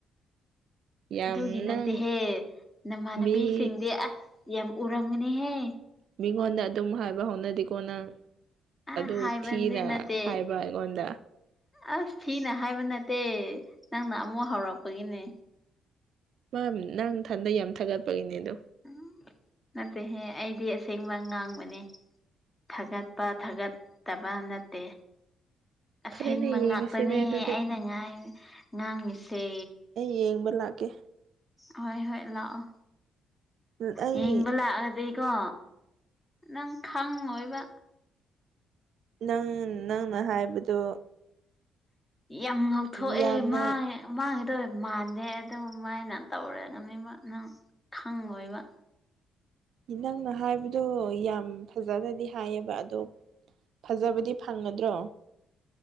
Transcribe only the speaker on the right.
ꯌꯥꯝ
ꯅꯪ
ꯃꯤ
ꯃꯤꯉꯣꯟꯗ ꯑꯗꯨꯝ ꯍꯥꯏꯕ ꯍꯧꯅꯗꯤꯀꯣ ꯅꯪ
ꯑꯗꯨ
ꯊꯤꯅ
ꯍꯥꯏꯕ ꯑꯩꯉꯣꯟꯗ
<unintelligible> ꯅꯪꯊꯟꯗ ꯌꯥꯝ ꯊꯥꯒꯠꯄꯒꯤꯅꯦ ꯑꯗꯄ
ꯐꯔꯦꯅꯦ ꯌꯦꯡꯉꯁꯤꯅꯦ
ꯑꯗꯨꯗꯤ
ꯌꯦꯡꯕꯥ ꯂꯥꯛꯀꯦ꯫
ꯑꯩ
ꯅꯪ ꯅꯪꯅꯥ ꯍꯥꯏꯕꯗꫭ
ꯌꯥꯝꯅ
ꯅꯪꯅ ꯍꯥꯏꯕꯗꯣ ꯌꯥꯝ ꯐꯖꯅꯗꯤ ꯍꯥꯏꯌꯦꯕ ꯑꯗꯣ ꯐꯖꯕꯗꯤ ꯐꯪꯉꯗ꯭ꯔꯣ?